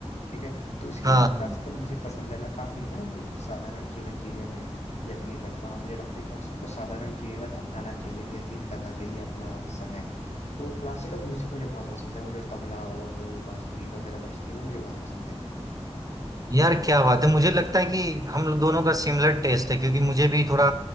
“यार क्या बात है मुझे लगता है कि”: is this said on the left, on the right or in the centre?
Right